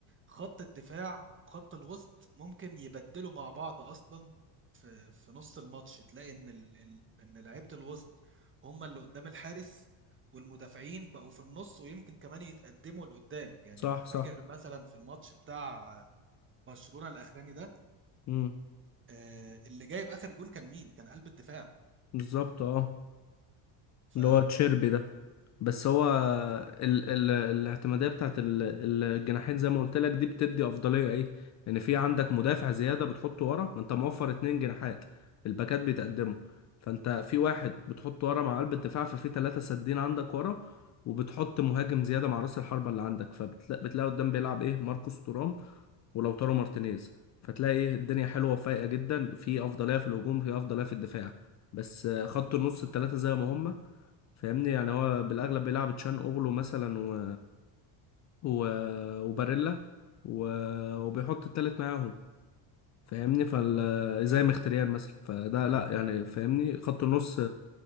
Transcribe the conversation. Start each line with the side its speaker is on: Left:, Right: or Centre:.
Right: خط الدفاع وخط الوسط ممكن يبدلوا مع بعض أصلا في, في نص الماتش تلاقي إن ال... ال... إن لعيبة الوسط هم اللي قدام الحارس والمدافعين بقوا في النص ويمكن كمان يتقدموا لقدام يعني
Left: صح
Right: لو فاكر
Left: صح
Right: مثلا في الماتش بتاع برشلونة الأخراني ده
Left: امم
Right: آه، اللي جايب آخر جون كان مين؟ كان قلب الدفاع
Left: بالظبط اه
Right: ف
Left: اللي هو تشيربي ده بس هو ال ال الاعتمادية بتاعت ال الجناحين زي ما قلت لك دي بتدي أفضلية إيه؟ إن في عندك مدافع زيادة بتحطه ورا ما أنت موفر اتنين جناحات الباكات بيتقدموا فأنت في واحد بتحطه ورا مع قلب الدفاع ففي تلاتة سادين عندك ورا وبتحط مهاجم زيادة مع رأس الحربة اللي عندك فبتلاقي قدام بيلعب إيه؟ ماركوس تورام ولوتارو مارتينيز فتلاقي إيه الدنيا حلوة وفايقة جدا في أفضلية في الهجوم في أفضلية في الدفاع بس آه، خط النص التلاتة زي ما هما فاهمني يعني هو بالاغلب بيلعب تشان اوغلو مثلا و... و... وباريلا و... وبيحط التالت معاهم فاهمني فال زي مختريان مثلا فده لا يعني فاهمني خط النص